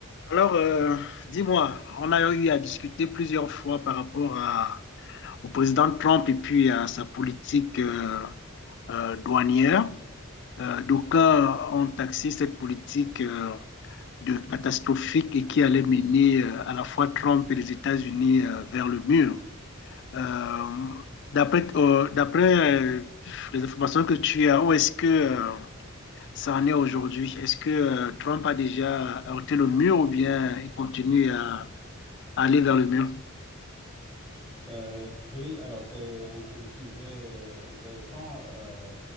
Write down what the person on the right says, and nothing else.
Euh, oui, alors c'est un, un sujet euh, intéressant. Euh,